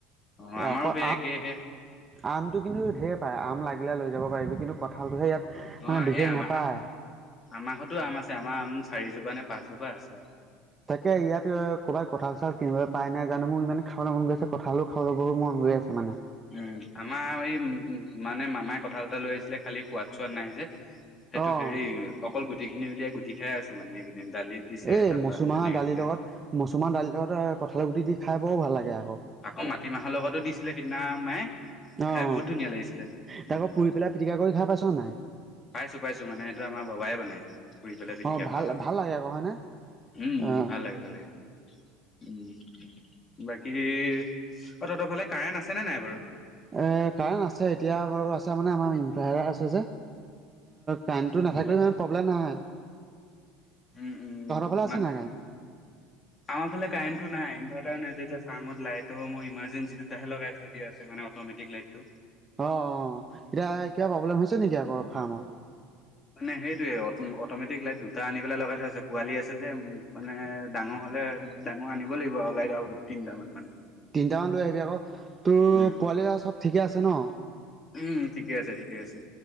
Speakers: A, on the left (about 20°); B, on the right (about 15°).
A: অ আমাৰো
B: অকল
A: সেই একেইহে
B: আমটো কিন্তু ঢেৰ পায় আম লাগিলে লৈ যাব পাৰিবি কিন্তু কঁঠালটোহে ইয়াত মানে
A: অ'
B: বিশেষ
A: এ আমাৰ,
B: নাপায়
A: আমাৰ ঘৰতো আম আছে আমাৰ আম চাৰিজোপা। পানে পাঁচজোপা আছে।
B: তাকে ইয়াত ক'বাত কঁঠাল চঠাল কিনিবলৈ পাই নাই জানো মোৰ ইমান খাবলৈ মন গৈছে কঁঠাল গৈ আছে মানে।
A: উম আমাৰ এই উম, মানে মামাই কঁঠাল এটা লৈ আহিছিলে খালি সোৱাদ চোৱাদ নাই যে, সেইটো
B: অঁ
A: হেৰি অকল গুটিখিনি উলিয়াই গুঠি খাই আছো মানে। দালিত দিছে
B: এই
A: তাৰপা
B: মচুমাহৰ
A: তেনেকে
B: দালিৰ
A: তেনেকে
B: লগত, মচুমাহ দালিৰ লগত কঁঠালি গুটি দি খাই বৰ ভাল লাগে আৰু।
A: আকৌ মাটিমাহৰ লগতো দিছিলে সিদিনা মায়ে।
B: অঁ
A: খাই বহুত ধুনীয়া লাগিছিলে,
B: তাকৌ
A: উম।
B: পুৰি পেলাই পিটিকা কৰি খাই পাইছ নাই
A: পাইছো পাইছো মানে এইটো আমাৰ বাবাই বনাই ফুৰি পেলাই পিটিকা
B: অ ভাল
A: খোৱাটো।
B: ভাল লাগে আকৌ হয়নে
A: উম উম
B: অ
A: ভাল লাগে ভাল লাগে, উম। বাকী অ', তহঁতৰ ফালে কাৰেণ্ট আছেনে নাই বাৰু?
B: এ কাৰেণ আছে এতিয়া বাৰু আছে মানে আমাৰ ইনভাৰ্টাৰ আছে যে। কাৰেণ্টটো নাথাকিলেও
A: অ অ
B: ইমান প্ৰব্লেম নাই।
A: উম উম
B: ফালে আছে
A: মান,
B: নাই কাৰেণ্ট
A: আমাৰ ফালে কাৰেণ্টটো নাই ইনভাৰ্টাৰ নাই যেতিয়া কামত লাইটৰ মই ইমাৰজেঞ্চি তাহে লগাই থৈ দাছে মানে অটমেটিক লাইটটো।
B: অ অ এতিয়া কিবা প্ৰব্লেম হৈছে নেকি আকৌ ফাৰ্মত?
A: মানে সেইটোৱেই অট'মেটিক লাইট দুটা আনি পেলাই লগাই থৈ আছে পোৱালি আছে যে মানে ডাঙৰ হ'লে ডাঙৰ আনিব লাগিব আৰু। চলাই তিনিটাামান মানে
B: তিনটামান লৈ আহিবি আকৌ তোৰ
A: উম
B: পোৱালি এটা চব ঠিকে আছে ন।
A: উম ঠিকে আছে ঠিকে আছে।